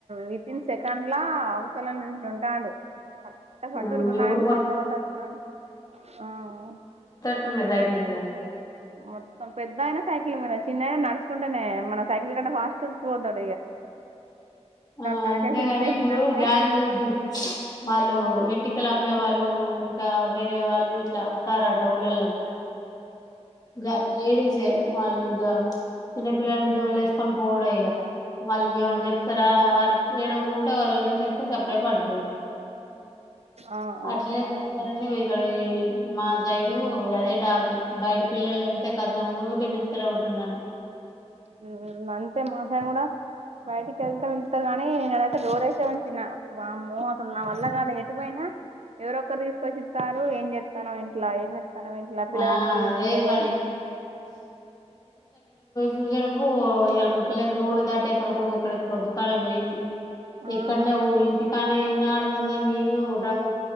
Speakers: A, on the right; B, on the left.
A: వితిన్ సెకండ్లా అవతల నుంచి ఉంటాడు పట్టా పట్టా
B: ఆ,
A: ఉరుకుతాండు
B: మీ ఊరు
A: పట్టా పట్టా వస్తాండు ఆహా
B: వస్తుండుగా సైకిల్ మీద
A: మొత్తం పెద్ద అయినా సైకిల్ మీద చిన్నాయన నడుచకుంటేనే మన సైకిల్ కంట ఫాస్ట్ ట్రిప్ పోతాడు
B: ఆ
A: తలకేసి
B: అంతేగాని
A: ఎందుకేసిందంటే
B: ఇప్పుడు గ్యాంగ్ ది వాళ్ళు
A: ఆ
B: ఎంటికలు అమ్మే వాళ్ళు టు ఇంకా వేరే వాళ్ళు ఇట్లా వస్తారట ఊళ్ళలకు గా లేడీసే వాళ్ళు ఇగ చిన్నపిల్లని జోబులో వేసుకొని పోడ ఇగ వాళ్ళు ఏమన్నా
A: ఆ
B: చెప్తారా ఆర్ ఏడవకు ఉంటే వాళ్ళు ఇంజెక్షన్ ఇస్తే సాపు అప్పుడే పెట్టారు
A: ఆ ఆ
B: అట్లనే
A: ఉమ్
B: <inaudible> ఇక్కడి ఈ మా సైడు అదే టాకు బయట పిల్లలు వెళ్తే కతం ఉకే పీకితేనే ఉంటారు నన్ను
A: హు అంతే మా సైడ్ కూడా బయటికి వెళ్తా వెళ్తారు గాని నేనైతే డోర్ వేసే ఉంచిన వామ్మో అసలు నా వల్ల కాల ఎటు పోయినా ఎవరొ ఒకరు తీసుకొచ్చి ఇస్తారు ఏం చెస్తాను ఇంట్లో ఏం చె తనం విట్లా పిల్లగాని
B: ఆ
A: కూడా చూతలేరు
B: అదే పని చూసే రప్పు ఇ పిల్లయితే రోడ్ దాటి ఎక్కడికికక్కడికి దుకాణం పొయింది
A: ఆ
B: ఎక్కడనే
A: అట్లనే
B: ఇంటికానే ఆడుతుందని నేను డమ్